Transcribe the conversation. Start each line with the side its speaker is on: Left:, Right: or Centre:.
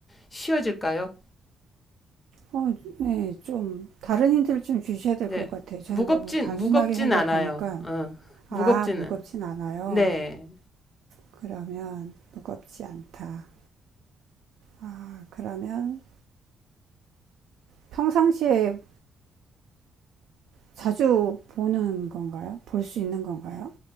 Left: 쉬워질까요?
Right: 어, 네, 좀 다른 힌트를 좀 주셔야 될
Left: 네.
Right: 것 같아요. 저는
Left: 무겁진
Right: 너무 단순하게
Left: 무겁진
Right: 생각하니까
Left: 않아요. 어. 무겁지는.
Right: 아 무겁진 않아요.
Left: 네.
Right: 그러면 무겁지 않다. 아 그러면 평상시에 자주 보는 건가요? 볼 수 있는 건가요?